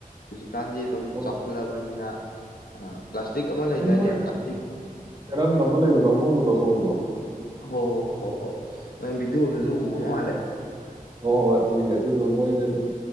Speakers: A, on the left; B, on the right.
A: ꯍꯧꯖꯤꯛꯀꯥꯟꯗꯤ ꯑꯗꯨꯝ
B: ꯑꯣ
A: ꯆꯥꯎꯈꯠꯂꯕꯅꯤꯅ ꯑꯥ ꯄ꯭ꯂꯥꯁꯇꯤꯛ ꯑꯃ ꯂꯩꯗꯥꯏꯅꯦ
B: ꯑꯗꯨꯝ ꯃꯣꯏ
A: ꯄ꯭ꯂꯥꯁꯇꯤꯛ
B: ꯑꯦꯔꯪ ꯑꯃ ꯂꯩꯕꯗꯣ ꯑꯉꯧꯕꯗꯣ ꯑꯆꯧꯕꯗꯣ
A: ꯑꯣ ꯍꯣ ꯍ ꯍꯣ ꯕꯤꯗꯤ ꯑꯣꯗꯁꯨ ꯎꯂꯦ
B: ꯍꯣꯏ ꯍꯣꯏ ꯎꯏꯌꯦ ꯑꯗꯨꯗꯣ ꯃꯣꯏꯁꯦ ꯑꯗꯨꯝ